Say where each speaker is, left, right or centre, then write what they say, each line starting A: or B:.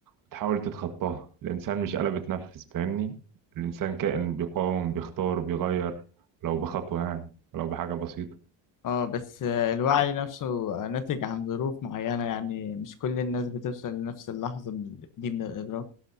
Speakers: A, on the right (about 45°); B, on the left (about 45°).
A: وتحاول تتخطاها الانسان مش آلة بتنفذ فاهمني الانسان كائن بيقاوم بيختار بيغير لو بخطوة يعني لو بحاجة بسيطة
B: اه بس آه، الوعي نفسه ناتج عن ظروف معينة يعني مش كل الناس بتوصل لنفس اللحظة من دي من الإدراك